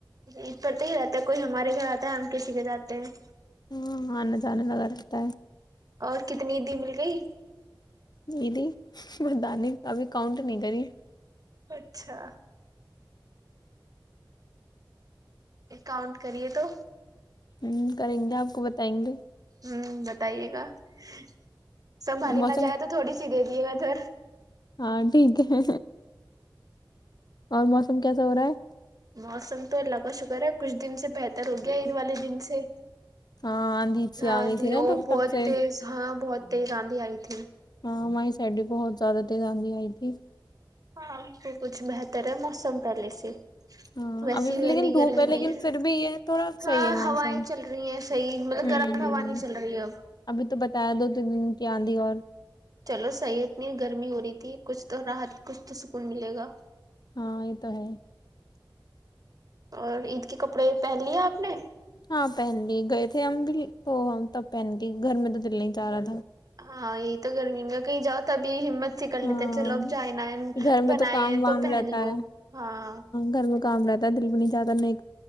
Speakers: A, on the right (about 45°); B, on the left (about 55°).
A: اس پر تو ہی رہتا ہے کوئی ہمارے گھر آتا ہے ہم کسی کے جاتے ہیں
B: ہاں آنے جانے لگا رہتا ہے
A: اور کتنی دی مل گئی
B: جیدی م دانی کابھی کاؤنٹ نہیں کری
A: اچھا کاؤنٹ کرے تو
B: ہوں کریں گے آپ کو بتائیں گے
A: ہوں بتائیے گا <inaudible> سنبھالاری
B: موسم
A: نہ جائے تو تھوڑی سی دے دیے گا ادھر
B: ہاں ٹھیک ہے اور موسم کیسا ہو رہا ہے
A: موسم تو اللہ کا شکر ہے کچھ دن سے بہتر ہو گیا عید والے دن سے
B: ہاں آندھی سی
A: ہاں
B: آ گئی
A: جی
B: تھی نا
A: وہ
B: تو
A: بہت
B: تب سے
A: تز ہاں بہت ت آاندھی آئی تھی
B: ہاں مائی سائڈ بہت زد رانی آئی تھی
A: ہاں س کچھ بہتر ہے موسم پہلے سے
B: ہاں
A: ویسی
B: ابھی بھی
A: والی
B: لیکن دھوپ
A: گرمی
B: ہے
A: نہیں
B: لیکن پھر بھی یہ تھوڑا صحیح
A: ہاں
B: ہے موسم
A: ہوائیں چل رہی ہیں صحیح مطلب
B: ہ
A: گرم ہوا نہیں چل رہی ہے اب
B: ابھی تو بتایا دو تین دن کی آندھی اور
A: چلو صحیح اتنی گرمی ہو رہی تھی کچھ تو راحت کچھ تو سکون ملے گا
B: ہاں یہ تو ہے
A: اور عید کے کپڑے پہن لیے آپ نے
B: ہاں پہن لی گئے تھے ہم بھی تو ہم تب پہن گ گھر میں تو دل نہیں چاہ رہا تھا
A: ہاں یہی تو گرمی میں کہیں جاؤ تبھی ہمت اچھی کر
B: ہاں
A: لیتے چلو اب جائ ن
B: گھر میں
A: بنائے
B: کام
A: ہیں
B: وام
A: تو پہن
B: رہتا
A: لو
B: ہے
A: ہاں
B: گھر میں کام رہتا ہے دل بھی نہیں جاتا ن